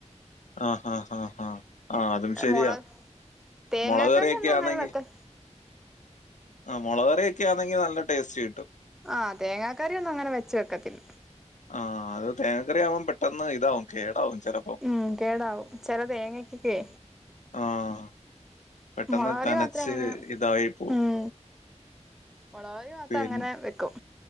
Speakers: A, on the left; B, in the centre.
A: ആഹ് ഹ ഹാ ഹാ ആഹ് അതും ശരിയാ
B: മുളക് തേങ്ങാക്കറി
A: മുളക് കറിയൊക്കെ
B: ഒന്നും അങ്ങനെ
A: ആന്നെങ്കിൽ
B: വെക്ക
A: ആ മുളക് കറിയൊക്കെ ആണെങ്കിൽ നല്ല ടേസ്റ്റ് കിട്ടും
B: ആ തേങ്ങാക്കറി ഒന്നും അങ്ങനെ വെച്ച് വെക്കത്തില്ല
A: ആഹ് അത് തേങ്ങക്കറി ആവുമ്പോം പെട്ടെന്ന് ഇതാവും കേടാവും ചിലപ്പോ
B: ഉം കേടാവും ചെല തേങ്ങക്കക്കെ
A: ആഹ് പെട്ടെന്ന്
B: മുളക് കറി
A: കനച്ച്
B: മാത്രേ അങ്ങനെ
A: ഇതായി പോവും
B: ഉം മുളക് കറി മാത്രം
A: പിൻ
B: അങ്ങനെ വെക്കും